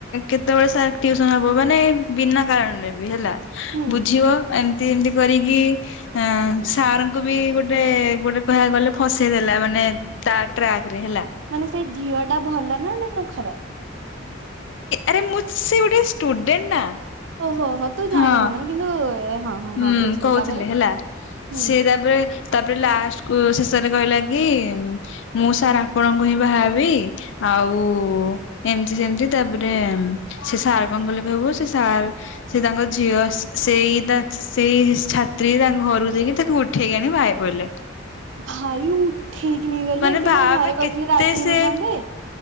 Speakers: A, on the left (about 65°); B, on the right (about 65°).
A: କେତେବେଳେ ସାର। ମାନେ ବିନା କାରଣରେ ବି ହେଲା
B: ହୁଁ
A: ବୁଝିବ
B: ହୁଁ
A: ଏମତି ଏମତି କରିକି। ଆ ସାରଙ୍କୁ ବି ଗୋଟେ ଗୋଟେ କହିବାକୁ ଗଲେ ଫସେଇ ଦେଲା ମାନେ। ତା ଟ୍ରାକ ରେ ହେଲା।
B: ମାନେ ସେଇ ଝିଅ ଟା ଭଲ ନା ନା ଖରାପ।
A: ଆରେ ମୁଁ ସେ ଗୋଟେ ଷ୍ଟୁଡେଣ୍ଟ ନା।
B: ଓହୋ ହୋ ତୁ ଜାଣିନୁ
A: ହଁ
B: ମାନେ କିନ୍ତୁ ହଁ।
A: ହୁଁ
B: ହଁ ବୁଝିଲି
A: କହୁଥିଲେ
B: ତାପରେ
A: ହେଲା
B: ହୁଁ
A: ସେ ତାପରେ ତାପରେ ଲାଷ୍ଟ କୁ ସେସରେ କହିଲା କି ମୁଁ ସାର୍ ଆପଣଙ୍କୁ ହିଁ ବାହାବି। ଆଉ ଏମତି ସେମିତି ତାପରେ ସେ ସାର୍ କଣ କହିଲ କହିବୁ ସେ ସାର୍ ସେ ତାଙ୍କ ଝିଅ ସେଇତା ସେଇ ଛାତ୍ରୀ ତାଙ୍କ ଘରକୁ ଯାଇକି ତାକୁ ଉଠେଇକି ଆଣି ବାହାହେଇ ପଇଲେ।
B: ଭାଇ ଉ ଉଠେଇିକି ନେଇଗଲେ
A: ମାନେ
B: ସେ
A: ଭାବେ
B: କଣ ଘରେ କହିଥିଲେ
A: କେତେ
B: ରାଜି ହେଇନଥାନ୍ତେ?
A: ସେ